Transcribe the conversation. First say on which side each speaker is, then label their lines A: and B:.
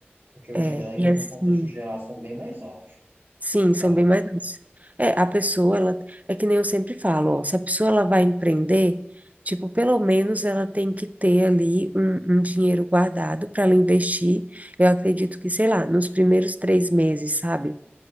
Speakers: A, on the right; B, on the right.
A: Porque os
B: é,
A: ganhos,
B: e assim.
A: no contexto geral, são bem mais altos,
B: Sim,
A: sabe?
B: são bem mais densos. É, a pessoa, ela, é que nem eu sempre falo, ó, se a pessoa ela vai empreender, tipo, pelo menos ela tem que ter ali um, um dinheiro guardado para ela investir. Eu acredito que, sei lá, nos primeiros três meses, sabe?